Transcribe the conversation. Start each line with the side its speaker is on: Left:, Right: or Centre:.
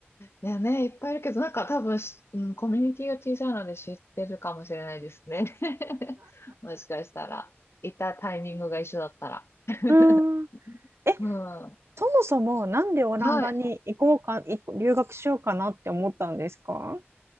Left: いやね、いっぱいいるけど、なんか多分し、うん、コミュニティが小さいので知ってるかもしれないですね。<laughs> もしかしたら、いたタイミングが一緒だったら。<laughs>
Right: うーん。<laughs> え、
Left: うん。
Right: そもそもなんでオランダに行こうか、
Left: はい。
Right: い留学しようかなって思ったんですか